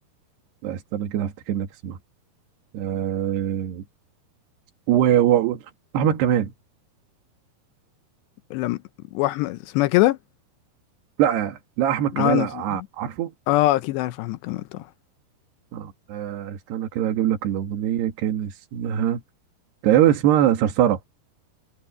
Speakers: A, on the right; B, on the left.
A: لا استنى كده هفتكر لك اسمها آه و, و, و احمد كمال
B: لم واحمد اسمها كده
A: لا لا احمد كمال
B: اه انا
A: ع- عارفه
B: اه اكيد عارف احمد كمال طبعا
A: آه آه، استنى كده اجيب لك الاغنيه كان اسمها تقريبا اسمها صرصره